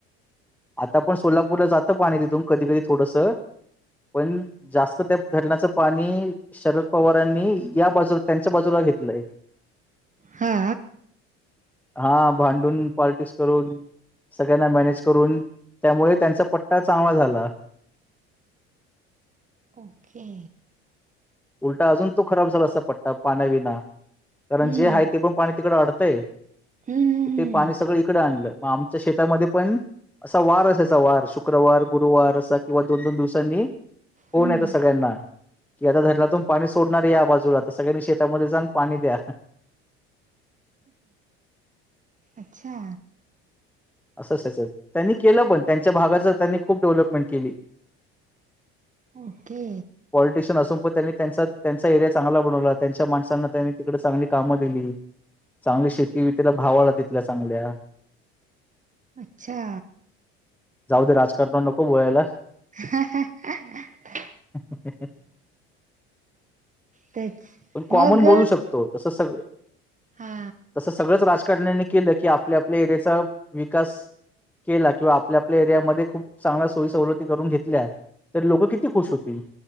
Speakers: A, in the centre; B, on the right.
A: आता पण सोलापूरला जातं पाणी तिथून कधी कधी थोडंसं. पण जास्त त्या धरणाचं पाणी शरद पवारांनी या बाजूला त्यांच्या बाजूला घेतलंय.
B: हा.
A: हा भांडून पॉलिटिक्स करून सगळ्यांना मॅनेज करून त्यामुळे त्यांचा पट्टा चांगला झाला.
B: ओके.
A: उलटा अजून तो खराब झाला अस पटता पाण्याविना कारण
B: हम्म
A: जे आहे ते पण पाणी तिकड अडतंय.
B: हम्म. हम्म
A: ते पाणी सगळं इकड आणलं मग आमच्या शेतामध्ये पण असा वार असायचा वार शुक्रवार गुरुवार असा किंवा दोन दोन दिवसांनी फोन
B: हम्म.
A: येतो सगळ्यांना कि आता धरला पाणी सोडणार या बाजूला तर सगळ्यांनी शेतामध्ये जा आणि पाणी द्या.
B: अच्छा
A: असंचचं त्यांनी केलं पण त्यांच्या भागाची त्यांनी खूप डेव्हलपमेंट केली.
B: ओके
A: पॉलिटिशियन असून पण त्यांनी त्यांचा त्यांचा एरिया चांगला बनवला त्यांच्या माणसांना त्यांनी तिकडे चांगली कामं दिली. चांगली शेती बीजी भाव आला तिथल्या चांगल्या.
B: अच्छा
A: जाऊ दे राजकारणावर नको बोलायला.
B: हा <inaudible>
A: <inaudible>
B: तेच
A: पण कॉमन
B: मग
A: बोलू शकतो तस सगळ
B: हा
A: तस सगळंच राज ण्या केलं की आपल्या आपल्या एरियाचा विकास केला किंवा आपल्या आपल्या एरियामध्ये खूप चांगल्या सोयी सवलती करून घेतल्या तर लोक किती खुश होतील.